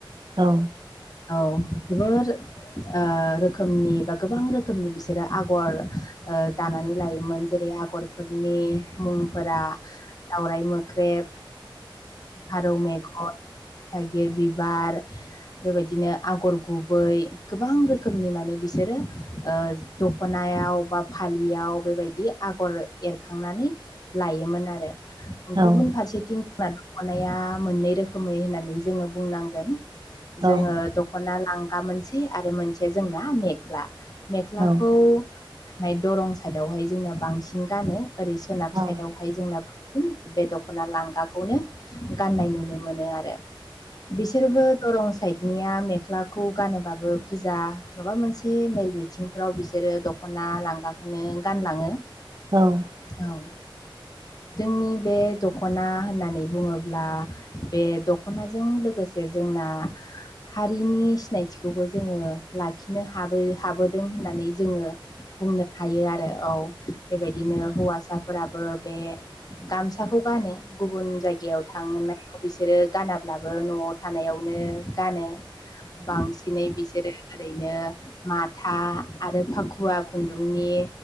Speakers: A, on the right; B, on the left.
A: औ
B: औ जोबोर ओ रोखोमनि बा गोबां रोखोमनि बिसोरो आगर ओ दानानै लायोमोन जेरै आगरफोरनि मुं फोरा दावराइ मोख्रेब फारौ मेगन थाइगिर बिबार बेबायदिनो आगर गुबै गोबां रोखोमनि माने बिसोरो ओ दखनायाव बा फालियाव बेबायदि आगर एरखांनानै लायोमोन आरो
A: औ
B: गुबुन फारसेथिं जोंना दख'नाया मोननै रोखोमै होननानै जोङो बुंनांगोन। जोङो
A: औ
B: दख'ना लांगा मोनसे आरो मोनसे जोंना मेख्ला। मेख्लाखौ
A: औ
B: हाय दरं साइदआवहाय जोंना बांसिन गानो ओरै सोनाब साइडआव
A: औ
B: बेहाय जोंना बांसिन बे दख'ना लांगाखौनो गाननाय नुनो मोनो आरो। बिसोरबो दरं साइडनिया मेख्लाखौ गानोबाबो फुजा माबा मोनसे मेल मिथिं फ्राव बिसोरो दख'ना लांगाखोनो गानलाङो
A: औ
B: औ जोंनि बे दख'ना होननानै बुङोब्ला बे दख'नाजों लोगोसे जोंना हारिनि सिनायथिखौबो जोङो लाखिनो हाबो हाबो होननानै जोङो बुंनो हायो आरो औ बेबायदिनो हौवासा फोराबो बे गामसाखौ गानो गुबुन जायगायाव थांनायाव बिसोरो गानाब्लाबो न'आव थानायावनो गानो बांसि नै बिसोरो ओरैनो माथा आरो फाखुवा खुन्दुंनि